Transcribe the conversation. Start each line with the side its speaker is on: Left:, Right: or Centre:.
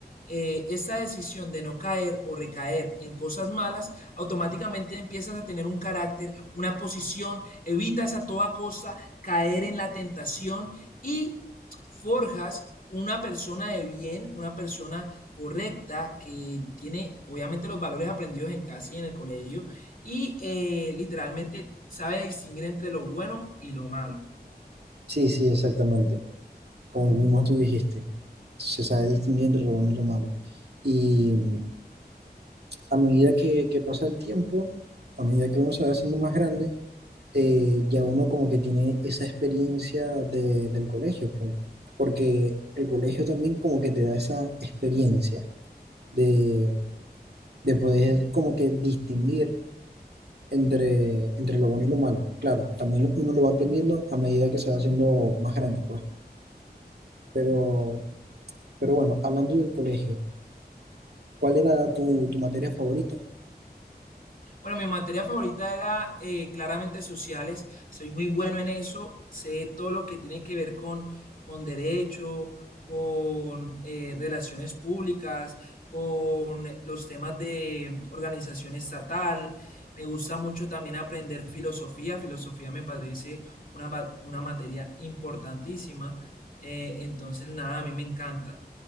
Left: eh, esa decisión de no caer o recaer en cosas malas, automáticamente empiezas a tener un carácter, una posición, evitas a toda costa caer en la tentación y forjas una persona de bien, una persona correcta que tiene obviamente los valores aprendidos en casa y en el colegio y eh, literalmente sabe distinguir entre lo bueno y lo malo.
Right: sí, sí, exactamente. Como mismo tú dijiste, se sabe distinguir entre lo bueno y lo malo. Y a medida que, que pasa el tiempo, a medida que uno se va haciendo más grande, eh, ya uno como que tiene esa experiencia de- del colegio, pues, porque el colegio también como que te da esa experiencia de, de poder como que distinguir entre, entre lo bueno y lo malo. Claro, también uno lo va aprendiendo a medida que se va haciendo más grande, pues, pero, pero bueno, hablando del colegio, ¿cuál era tu, tu materia favorita?
Left: Bueno, mi materia favorita era eh, claramente sociales. Soy muy bueno en eso. Sé todo lo que tiene que ver con, con derecho, con eh, relaciones públicas, con los temas de organización estatal. Me gusta mucho también aprender filosofía. Filosofía me parece una, ba- una materia importantísima. Eh, entonces, nada, a mí me encanta.